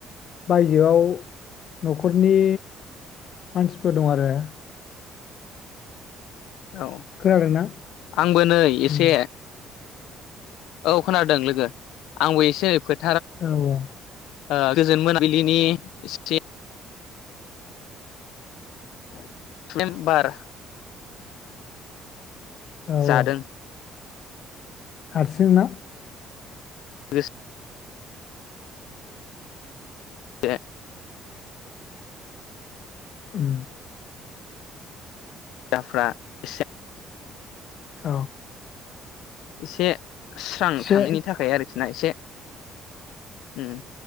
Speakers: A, on the left; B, on the left.
A: बायजोआव नखरनि मानसिफोर दं आरो
B: औ
A: खोनादोंना
B: आंबो नै एसे
A: उम
B: औ खोनादों लोगो आंबो एसे ओै फो
A: औ औ
B: ओ गोजोन मोनाबिलिनि एसे
A: <inaudible>
B: सुदेम बार
A: औ
B: जादों
A: औ हारसिंना
B: <unintelligible> <unintelligible>
A: उम
B: ग्राफ्रा एसे
A: औ
B: एसे स्रां
A: एसे
B: थाङैनि थाखाय आरोखि ना इसे ओम